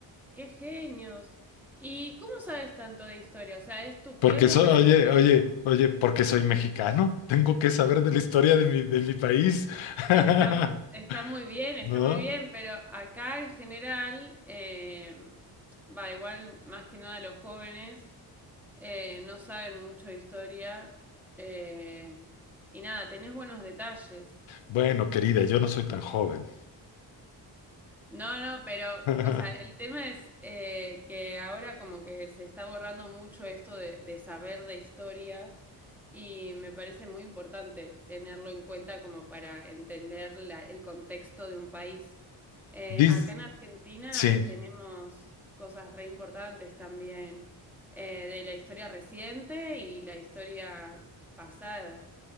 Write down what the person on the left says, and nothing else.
Porque
soy,
oye,
oye, oye, porque soy mexicano, tengo que saber de la historia de mi, de mi país, <laughs>
¿no?
Bueno, querida, yo no soy tan joven.
<laughs>
Dis-
sí,